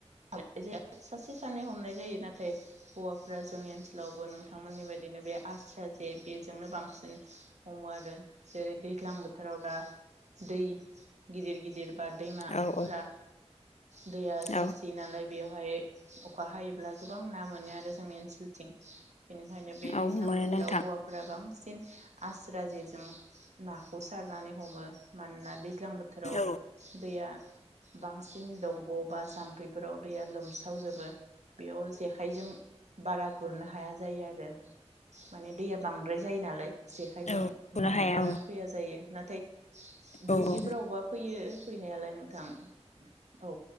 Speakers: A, on the right; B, on the left.
A: <unintelligible> सासे सानै हमनाय जायो नाथाय हौवाफ्रा जोंनि ओनसोलावबो नोंथांमोननि बायदिनो बे आस्रा जे बेजोंनो बांसिन हमो आरो जेरै दैज्लां बोथोराव दा दै गिदिर गिदिर बा दैमाफोरा
B: औ
A: दैया जासे।
B: औ
A: बि नालाय बेवहाय अखा हायोब्ला गोबां ना मोनो आरो जोंनि ओनसोलथिं बेनिखायनो बे
B: औ
A: दैज्लां
B: मोनो
A: बोथोराव
B: नोंथां
A: हौवाफोरा बांसिन आस्रा जेजों नाखौ सारनानै हमो मानोना दै ज्लां बोथोराव
B: औ
A: दैया बांसिन दंग' बा जाम्फै बेफोराव दैया लोमस्रावजोबो बेयाव जेखाइजों बारा गुरनो हाया जायो आरो माने दैया बांद्राय जायो नालाय। जेखाइजों
B: औ खनो
A: नाया
B: हाया
A: बारा
B: औ
A: फैया जायो नाथाय दुब्लिफ्रावबा
B: औ औ
A: फैयो फैनायालाय नोंथां औ